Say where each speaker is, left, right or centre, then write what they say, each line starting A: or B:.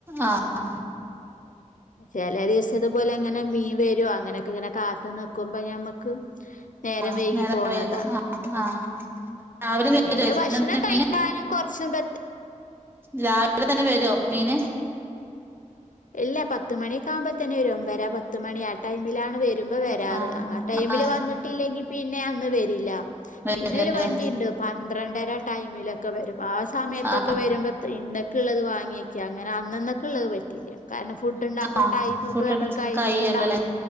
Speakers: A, on the right; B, on the left.
A: ആഹ്
B: ചെല ദിവസത്പ്പോലെന്നെ അങ്ങന മീൻ വരും അങ്ങനെക്കെങ്ങനെ കാത്ത് നിക്കുമ്പോ ഞമ്മ ക്ക്, നേരം
A: ആഹ്
B: വൈകി പോണതാണ്.
A: വൈകും ആഹ് ആഹ്
B: ഹ്മ്മ്,
A: രാവിലെ വരോ
B: പിന്നെ ഭക്ഷണം കഴിക്കാനും
A: മീന്
B: കൊറച്ചെന്തേ
A: രാവിലെ തന്നെ വരോ മീന്?
B: ഇല്ല, പത്തുമണിയൊക്കെ ആകുമ്പോത്തിന് വെരും. ഒമ്പേരാ പത്തുമണി ആ ടൈമിലാ ണ്, വെരുമ്പം വെരാറ്.
A: ആഹ്
B: ആ ടൈമില്
A: ആഹ്
B: വന്നിട്ടില്ലെങ്കിൽ പിന്നെയന്ന് വെരില്ല.
A: വരില്ലല്ലേ
B: പിന്നെയൊരു വണ്ടി ണ്ട്. പന്ത്രണ്ടര ടൈമ് ക്കെ വെരും. ആ സമയത്തൊക്കെ മൊക്കെ വരും, ആ സമയത്തൊക്കെ
A: ആഹ്
B: വരുമ്പോ ഇന്നക്ക്‌ള്ളത് വാങ്ങിയെക്ക, അങ്ങെനെ അന്നന്നക്ക്‌ള്ളത് വറ്റിക്ക്യ കാരണം ഫുഡ്ണ്ടാക്ക്‌ണ
A: ആഹ്
B: ടൈമ്ക്കെ
A: ഫുഡ്ഡ്
B: നമ്മള് കഴിഞ്ഞിട്ട്ണ്ടാവും,
A: കയ്യല്ലല്ലേ